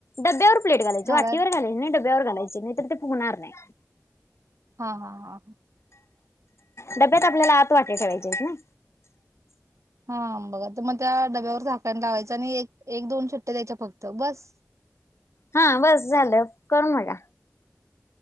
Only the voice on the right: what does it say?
घालाय
हा हा हा ह.
हा बघा तर मग त्या डब्यावर झाकण लावायचं एक एक दोन सुट्ट्या द्यायच्या फक्त बस.